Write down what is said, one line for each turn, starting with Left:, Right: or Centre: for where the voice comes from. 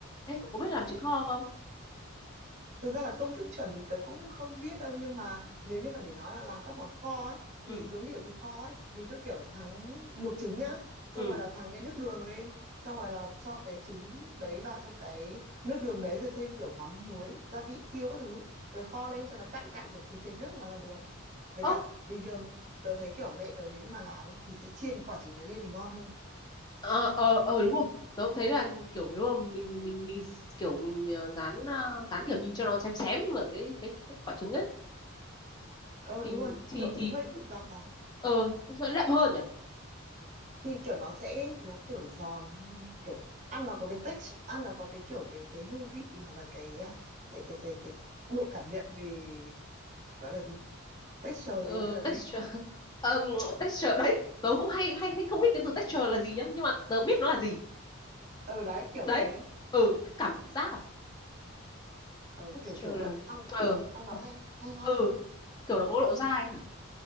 Left: Ê, cậu có biết làm trứng kho không?
Right: Thực ra là công thức chuẩn thì tớ cũng không biết đâu nhưng mà nếu như mà để nói là làm các món kho ấy
Left: Ừ,
Right: thì giống như ở thịt kho ấy mình cứ kiểu thắng luộc trứng nhá xong
Left: ừ.
Right: rồi là thắng cái nước đường lên xong rồi là cho cái trứng đấy vào trong cái nước đường đấy rồi thêm kiểu mắm muối gia vị tiêu các thứ rồi kho lên cho nó cạn cạn kiểu sệt sệt nước vào là được với
Left: Ơ,
Right: cả bình thường tớ thấy kiểu mẹ tớ nếu như mà làm ấy thì sẽ chiên cái quả trứng đấy lên thì ngon hơn
Left: ờ, ờ, ờ, đúng rồi. Tớ cũng thấy là kiểu nếu mà mình mình mình kiểu mình ờ, dán ờ, dán kiểu nhìn cho nó xém xém ở cái cái, cái quả trứng ấy
Right: ờ
Left: thì
Right: đúng rồi
Left: thì
Right: kiểu
Left: thì
Right: hơi rán rán
Left: ờ nó sẽ đậm hơn nhỉ?
Right: thì kiểu nó sẽ nó kiểu giòn hơn ấy kiểu ăn nó có cái texture ăn nó có cái kiểu cái cái hương vị hoặc là cái à, cái cái cái cái độ cảm nhận về gọi là gì texture
Left: Ờ
Right: tiếng Việt là gì
Left: texture <laughs> Ờm, texture đấy. Tớ cũng hay hay hay không biết cái từ texture là gì nhá, nhưng mà tớ biết nó là gì.
Right: <laughs> ừ đấy kiểu
Left: Đấy.
Right: thế
Left: Ừ,
Right: ừ,
Left: cảm giác à?
Right: ừ,
Left: Texture
Right: kiểu kiểu vậy
Left: là
Right: ăn
Left: ờ
Right: ăn nó hay hay ho
Left: ừ,
Right: hơn đấy
Left: kiểu nó có độ dai. à?